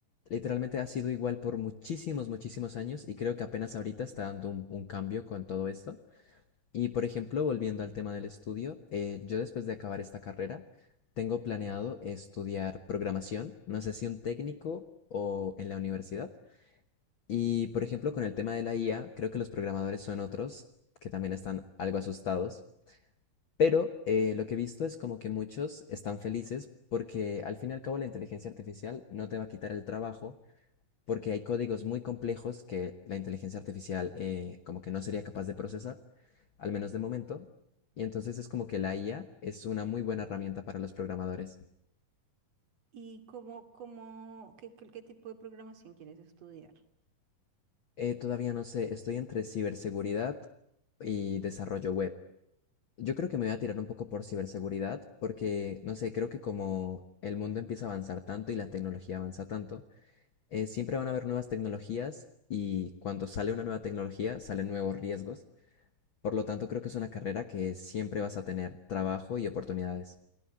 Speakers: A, on the left (about 80°); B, on the right (about 45°).
A: literalmente ha sido igual por muchísimos, muchísimos años y creo que apenas ahorita está dando un un cambio con todo esto. Y por ejemplo, volviendo al tema del estudio, eh, yo después de acabar esta carrera, tengo planeado estudiar programación, no sé si un técnico o en la universidad. Y por ejemplo, con el tema de la IA, creo que los programadores son otros que también están algo asustados, pero eh, lo que he visto es como que muchos están felices porque al fin y al cabo la inteligencia artificial no te va a quitar el trabajo porque hay códigos muy complejos que la inteligencia artificial eh, como que no sería capaz de procesar al menos de momento. Y entonces es como que la IA es una muy buena herramienta para los programadores.
B: ¿Y cómo, cómo, qué, qué, qué tipo de programación quieres estudiar?
A: Eh, todavía no sé, estoy entre ciberseguridad y desarrollo web. Yo creo que me voy a tirar un poco por ciberseguridad porque, no sé, creo que como el mundo empieza a avanzar tanto y la tecnología avanza tanto, eh, siempre van a haber nuevas tecnologías y cuando sale una nueva tecnología salen nuevos riesgos. Por lo tanto, creo que es una carrera que siempre vas a tener trabajo y oportunidades.